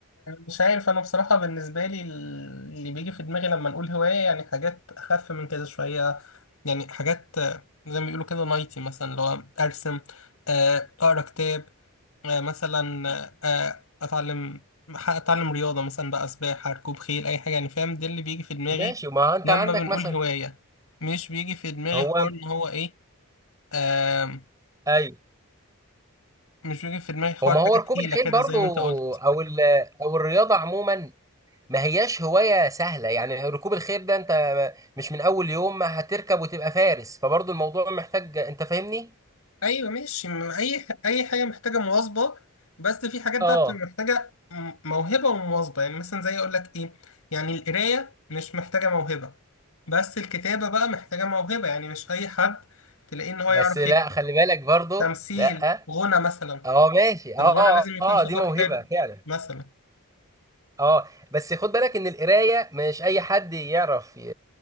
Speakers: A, on the left; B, on the right.
A: مش عارف انا بصراحة بالنسبة لي اللي بيجي في دماغي لما نقول هواية يعني حاجات اخف من كده شوية يعني حاجات آه، زي ما بيقولوا كده نايتي مثلا اللي هو ارسم آه، اقرا كتاب آه، مثلا آه، اتعلم اتعلم رياضة مثلا بقى سباحة ركوب خيل اي حاجة يعني فاهم ده اللي بيجي في دماغي
B: ماشي ما هو انت
A: لما
B: عندك
A: بنقول
B: مثلا
A: هواية مش بيجي في دماغي
B: هو
A: حوار ان هو ايه آم،
B: ايوه
A: مش بيجي في دماغي حوار
B: هو ما هو
A: حاجة
B: ركوب
A: تقيلة
B: الخيل
A: كده
B: برضو
A: زي ما انت قلت
B: او ال... او الرياضه عموما ما هياش هواية سهلة يعني ركوب الخيل ده انت مش من اول يوم ما هتركب وتبقى فارس فبرضه الموضوع محتاج انت فاهمني
A: ايوه ماشي م- اي اي حاجه محتاجه مواظبه بس في حاجات
B: اه
A: بقى بتبقى محتاجه م- موهبه ومواظبه يعني مثلا زي اقول لك ايه يعني القرايه مش محتاجه موهبه بس الكتابه بقى محتاجه موهبه يعني مش اي حد تلاقيه ان هو
B: بس
A: يعرف
B: لا
A: يكتب
B: خلي بالك برضه
A: تمثيل
B: لا
A: غنى مثلا
B: اه ماشي اه
A: الغنى لازم يكون
B: اه
A: صوتك
B: دي موهبة
A: حلو
B: فعلا
A: مثلا
B: اه بس خد بالك ان القراية مش اي حد يعرف ي...